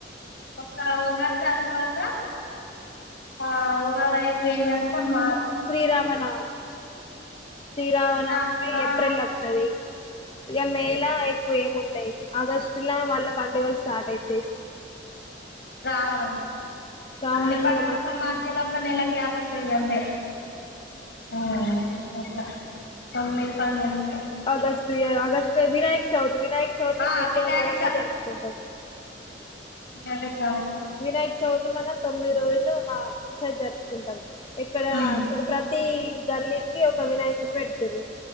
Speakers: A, on the left (about 65°); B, on the left (about 30°).
A: అక్కడ ఉగాది తర్వాత, ఆ ఉగాది అయిపోయినంక మా
B: శ్రీరామనవమి. శ్రీరామనవమి
A: శ్రీరామ్ ఆ
B: ఏప్రిళ్ల అత్తది. ఇగ మే ల, ఎక్కువ ఏం ఉండయ్. ఆగస్టులా మళ్ళ పండుగలు స్ స్టార్ట్ అయిత్
A: రావడం,
B: శ్రావణం
A: అన్ని పండగలకు
B: ఇగ మంచి
A: మధ్యలోక నెల గ్యాపొత్తది గంతే, ఆ. అట్ల, తొమ్మిది పది మంది
B: ఆగస్ట్ ఇగ ఆగస్ తె వినాయక చౌ ఇ వినాయక చవితి
A: ఆ
B: ఇంక ఎక్కువ
A: వినాయక
B: ఘనంగా జరుపుకుంటాం.
A: అదే, సం
B: వినాయక చౌతి మనం తొమ్మిది రోజుల్ నా మంచిగ జరుపుకుంటం. ఇక్కడా,
A: ఉమ్
B: ఇప్పుడు ప్రతి ఇ గల్లికి ఒక వినాయకుడిని పెదుతుర్రు.